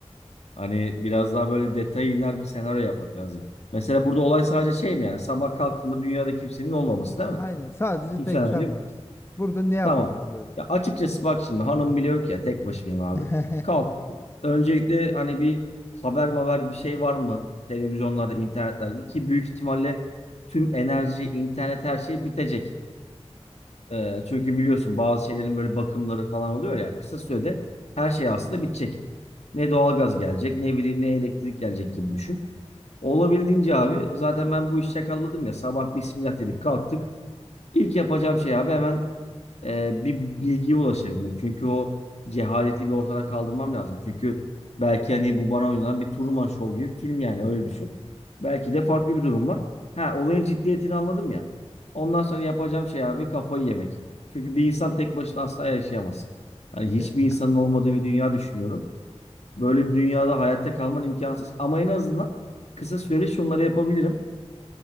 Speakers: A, on the left; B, on the left.
A: Hani biraz daha böyle detaya iner bir senaryo yapmak lazım. Mesela burada olay sadece şey mi yani sabah kalktığımda dünyada kimsenin olmaması değil mi?
B: Aynen sadece
A: Bu
B: tek
A: senaryo
B: sen varsın. Burada ne yapacağım
A: Tamam.
B: böyle?
A: Ya açıkçası bak şimdi hanım bile yok ya tek başımayım abi.
B: <laughs>
A: Kalk. Öncelikle hani bir haber maver bir şey var mı? Televizyonlarda, internetlerde ki büyük ihtimalle tüm enerji, internet her şey bitecek. Ee, çünkü biliyorsun bazı şeylerin böyle bakımları falan oluyor ya kısa sürede her şey aslında bitecek. Ne doğalgaz gelecek, ne bileyim ne elektrik gelecek gibi düşün. Olabildiğince abi zaten ben bu işi çakalladım ya sabah bismillah dedik kalktık. İlk yapacağım şey abi hemen e, bir bilgiye ulaşabilmek. Çünkü o cehaleti bir ortadan kaldırmam lazım. Çünkü belki hani bu bana oynanan bir Truman Show gibi bir film yani öyle düşün. Belki de farklı bir durum var. Ha olayın ciddiyetini anladım ya. Ondan sonra yapacağım şey abi kafayı yemek. Çünkü bir insan tek başına asla yaşayamaz. Hani hiçbir
B: Ya-
A: insanın olmadığı bir dünya düşünüyorum. Böyle bir dünyada hayatta kalman imkansız. Ama en azından kısa süreli şunları yapabilirim.